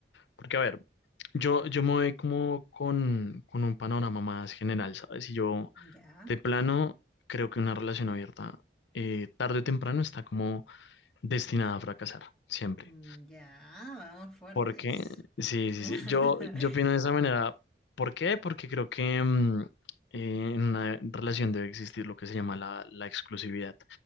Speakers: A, on the left (about 80°); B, in the centre.
A: Porque, a ver, yo, yo me voy como con, con un panorama más general, ¿sabes? Y yo,
B: Ya,
A: de plano, creo que una relación abierta, eh, tarde o temprano, está como destinada a fracasar, siempre.
B: Mm, ya, vamos fuertes.
A: ¿Por qué? Sí, sí,
B: <laughs>
A: sí. Yo, yo opino de esa manera. ¿Por qué? Porque creo que mm, eh, en una relación debe existir lo que se llama la, la exclusividad.